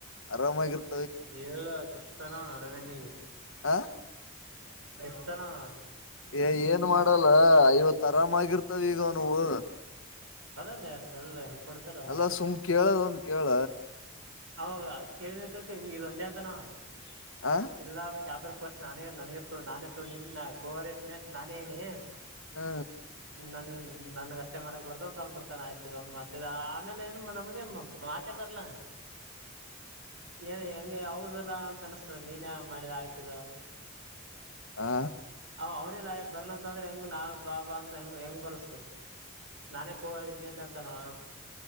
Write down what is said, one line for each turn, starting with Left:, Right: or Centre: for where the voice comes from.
Left: ಅರಮಾಗಿರ್
Right: ಹೇಳ ಕುತ್ತಾನ ಅವ ತಗನ್ನಿಗ
Left: ಹ
Right: <unintelligible> ಕುತ್ತಾನವ
Left: ಏ ಏನ್ ಮಾಡಲ್ಲ ಐವತ್ ಆರಾಮಾಗಿರ್ತವ ಈಗ ಅವನ್ವು.
Right: ಏ ಸಲ್ ಕೊಡ್ತಾರ
Left: ಅಲ್ಲ ಸುಮ್ ಕೇಳದೊಂದ್ ಕೇಳ
Right: ಹೌದ ಕೇಳಿದ್ನಂತ ತಿಳ್ಕ ಹಿಂಗ್ ಇದೊಂದೇ ತನವ <unintelligible>
Left: ಆ
Right: ಇಲ್ಲ ಶಾಪರ್ ಫಸ್ಟ್ ನಾನೇ ನನಗೆ ತು ನಾನೇ ತಗೊಂದೀನಿ ನಾ ಕೋಆರ್ಡಿನೇಟ್ ನಾನೇನಿ <unintelligible>
Left: ಹ್ಮ
Right: ನಾನು ನನ್ಗ ಅಷ್ಟೇ ಮಾಡಕ್ ಬರ್ತ ಅಂದ್ಬಿಡ್ತನ ಆಯ್ತ್ ಇದೊಂದ್ ಮಾತ ಆಮೇಲೆ ಏನ್ ನಮಗೆ ಮಾತೆ ಬರ್ಲಾ <unintelligible> ಏನು ಹೆಂಗ ಯಾವದಲ್ಲ ಅಂತ ಅನಸ್ತದೆ ನೀನ್ ಮಾಡಿದ ಆಕಿದ <unintelligible>
Left: ಆ
Right: ಹ ಅವ ಲಾ ಬರ್ಲಂತ ಅಂದ್ರೆ ಹೆಂಗ್ ನಾ ಬಾಬಾ ಅಂತ ಹೆಂಗ ಹೆಂಗ್ ಬರ್ಸ್ತದೆ <unintelligible> ನಾನೇ ಕೋಆರ್ಡಿನೇಟ್ ಅಂತನ ಅವ.